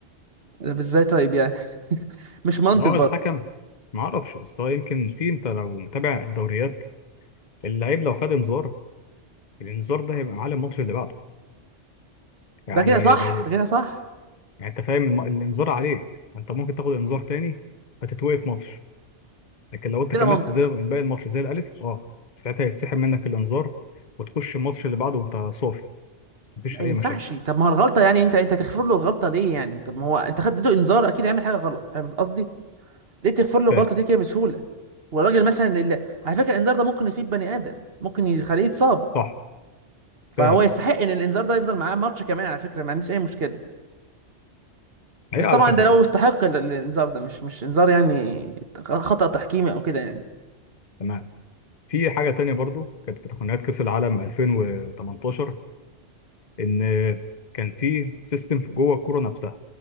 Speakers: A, on the right (about 55°); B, on the left (about 40°).
A: <laughs> طب ازاي طيب يعني مش منطق
B: لو
A: برضه
B: الحكم ما اعرفش بس هو يمكن في انت لو متابع الدوريات اللعيب لو خد انذار الانذار ده هيبقى على الماتش اللي بعده يعني
A: ده كده صح
B: لو
A: كده صح
B: يعني انت فاهم الم- الانذار عليك انت ممكن تاخد انذار تاني هتتوقف ماتش لكن لو انت
A: كده
B: كملت
A: منطق
B: زي باقي الماتش زي الالف اه ساعتها هيتسحب منك الانذار وتخش الماتش اللي بعده وانت صافي مفيش
A: ما ينفعش
B: اي مشاكل
A: طب ما هو الغلطة يعني انت انت تغفر له الغلطة ليه يعني طب ما هو انت خدته انذار اكيد هيعمل حاجة غلط فاهم قصدي ليه تغفر له الغلطة
B: فاهم
A: دي كده بسهولة والراجل مثلا اللي... على فكرة الانذار ده ممكن يصيب بني آدم ممكن يخليه يتصاب
B: صح
A: فهو
B: فاهم
A: يستحق
B: اه
A: ان الانذار ده يفضل معاه ماتش كمان على فكرة ما عنديش اي مشكلة
B: هي
A: بس
B: على
A: طبعا
B: حسب
A: ده لو
B: بقى
A: استحق ال- الانذار ده مش مش انذار يعني خطأ تحكيمي او كده يعني
B: تمام في حاجه تانية برضو كانت في تقنيات كاس العالم 2018 ان كان في سيستم جوه الكوره نفسها